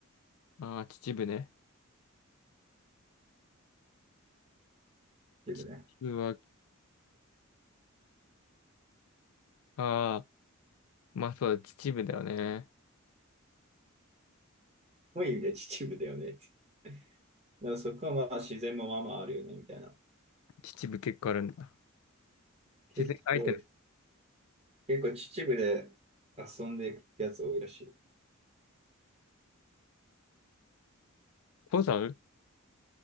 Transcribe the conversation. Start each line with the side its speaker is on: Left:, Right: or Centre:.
Left: あ、秩父ね。
Right: う、秩父ね。
Left: 秩父は、あまあそうだ、秩父だよね。
Right: もういい意味で秩父だよねって。でもそこはまあ自然もまあまああるよね、みたいな。
Left: 秩父結構あるんだ。自然相手の
Right: 結構、結構秩父で遊んでいくやつ多いらし
Left: 登山